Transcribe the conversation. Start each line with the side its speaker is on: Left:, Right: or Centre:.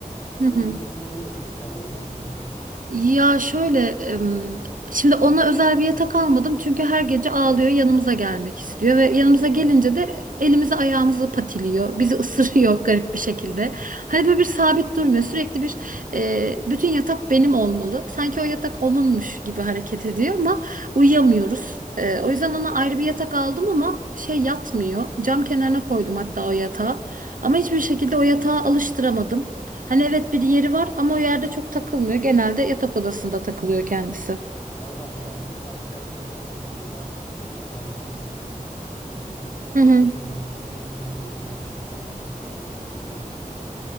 Right: Hı
Left: Bununla
Right: hı.
Left: ilgili sorun yok değil mi? Yani onları bulabilirsin.
Right: Ya şöyle, em, şimdi ona özel bir yatak almadım çünkü her gece ağlıyor, yanımıza gelmek istiyor ve yanımıza
Left: Güzel.
Right: gelince de elimizi ayağımızı patiliyor, bizi ısırıyor <laughs> garip bir şekilde. Hani böyle bir sabit durmuyor, sürekli bir e, bütün yatak benim olmalı. Sanki o yatak onunmuş gibi hareket ediyor ama uyuyamıyoruz. E, o yüzden ona ayrı bir yatak aldım ama şey yatmıyor. Cam kenarına koydum hatta o yatağı. Ama
Left: Hı hı.
Right: hiçbir şekilde o yatağa alıştıramadım. Hani evet bir yeri var ama o yerde çok takılmıyor. Genelde yatak odasında takılıyor kendisi.
Left: Valla şahsi tavsiyem yatak odasında e, yatağında çok yatırtmaman. Çünkü
Right: Hı
Left: gece
Right: hı.
Left: boyu tüy mü dediğin bir de tırmalama falan mevzularına girecek o.